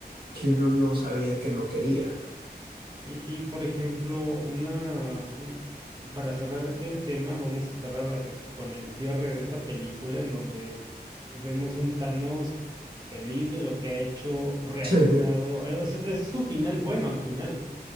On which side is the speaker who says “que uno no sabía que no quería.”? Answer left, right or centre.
Right